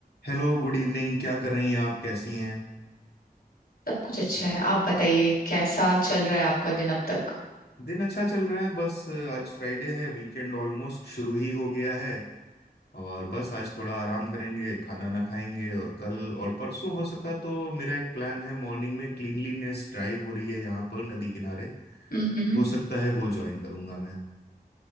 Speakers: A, on the left; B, on the left.
A: हेलो Good evening क्या कर रही हैं आप कैसी हैं
B: सब कुछ अच्छा है आप बताइए कैसा चल रहा है आपका दिन अब तक
A: दिन अच्छा चल रहा है बस अ, आज फ्राइडे है वीकेंड ऑलमोस्ट शुरू ही हो गया है और बस आज थोड़ा आराम करेंगे खाना ना खाएंगे और कल और परसों हो सका तो मेरा एक प्लान है मॉर्निंग में क्लीनलीनेस ड्राइव हो रही है यहाँ पर नदी किनारे
B: हम्म
A: हो सकता है वो ज्वाइन करूंगा मैं